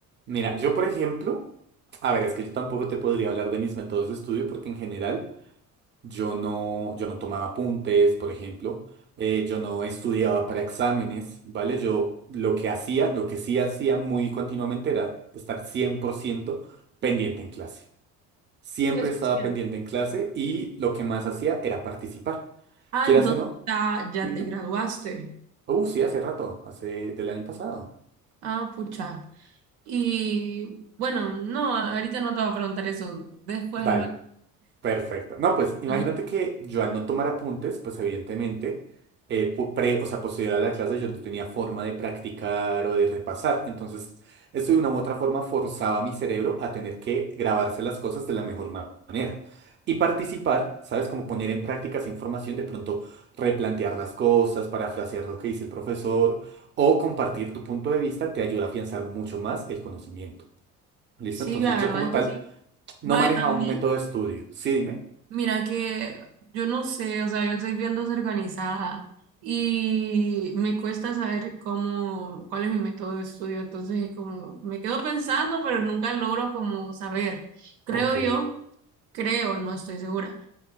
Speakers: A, on the right; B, on the right.
A: Mira, yo por ejemplo, a ver, es que yo tampoco te podría hablar de mis métodos de estudio porque en general yo no, yo no tomaba apuntes, por ejemplo, eh, yo no estudiaba para exámenes, ¿vale? Yo lo que hacía, lo que sí hacía muy continuamente era estar 100% pendiente en clase. Siempre
B: Y es
A: estaba
B: social.
A: pendiente en clase y lo que más hacía era participar.
B: Ah,
A: Quieras
B: entonces
A: o no,
B: ya, ya
A: dime.
B: te graduaste.
A: Uh, sí, hace rato, hace del año pasado.
B: Ah, pucha. Y bueno, no, ahorita no te voy a preguntar eso, después
A: Dale.
B: lo... <laughs>
A: Perfecto. No, pues imagínate
B: Ujú.
A: que yo al no tomar apuntes, pues evidentemente, eh, pu- pre- o sea, posterior a la clase yo no tenía forma de practicar o de repasar. Entonces, esto de una u otra forma forzaba a mi cerebro a tener que grabarse las cosas de la mejor ma- manera. Y participar, ¿sabes? Como poner en práctica esa información, de pronto replantear las cosas, parafrasear lo que dice el profesor o compartir tu punto de vista te ayuda a afianzar mucho más el conocimiento. ¿Listo?
B: Sí,
A: Entonces,
B: la
A: yo
B: verdad
A: como
B: es
A: tal
B: que sí.
A: no
B: Vaya,
A: manejaba
B: a mí.
A: un método de estudio. Sí, dime.
B: Mira que yo no sé, o sea, yo soy bien desorganizada y me cuesta saber cómo, cuál es mi método de estudio, entonces es como me quedo pensando, pero nunca logro como saber. Creo
A: Ok,
B: yo, creo, no estoy segura.